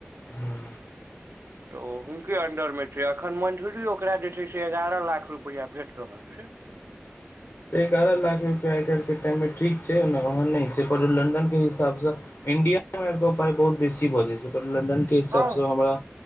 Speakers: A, on the left; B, on the right.
A: हूं।
B: तऽ ओ हुनके अंडर में छै, अखन मंथली ओकरा जे छै, से एगारह लाख रुपआ भेट रहल छै।
A: एगारह लाख रुपआ आइ काल्हि के टाइम मे ठीक छै, ओना लंडन के हिसाबसँ इंडिया मे आयब के ओ पाइ बहुत बेसी भऽ जाइ छै, लेकिन लंडन के हिसाबसँ
B: हँ
A: हमरा-